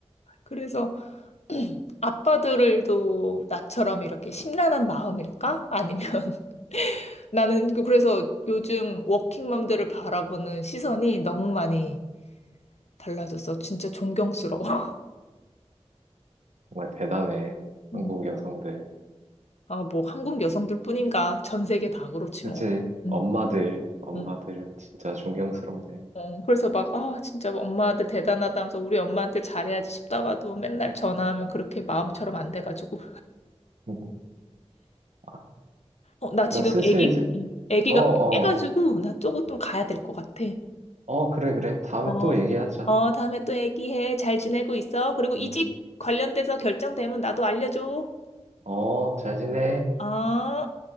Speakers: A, on the left; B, on the right.
A: 그래서 아빠들도 나처럼 이렇게 심란한 마음일까? 아니면 <laughs> 나는 그- 그래서 요즘 워킹맘들을 바라보는 시선이 너무 많이 달라졌어. 진짜 존경스러워. <laughs>
B: 정말 대단해. 한국
A: 음.
B: 여성들.
A: 아, 뭐 한국 여성들뿐인가? 전 세계 다 그렇지
B: 그치?
A: 뭐. 음.
B: 엄마들, 엄마들은
A: 어.
B: 진짜 존경스럽네.
A: 어, 그래서 막, 아, 진짜 엄마한테 대단하다면서 우리 엄마한테 잘해야지 싶다가도 맨날 전화하면 그렇게 마음처럼 안 돼가지고.
B: 음. 아,
A: 어, 나 지금
B: 나 슬슬
A: 애기,
B: 이제
A: 애기가
B: 어, 어,
A: 깨가지고 나 조금 좀 가야 될 것 같아.
B: 어, 그래, 그래. 다음에
A: 어,
B: 또 얘기하자.
A: 어, 다음에 또 얘기해. 잘 지내고 있어. 그리고 이직
B: 음.
A: 관련돼서 결정되면 나도 알려줘.
B: 어, 잘 지내.
A: 어.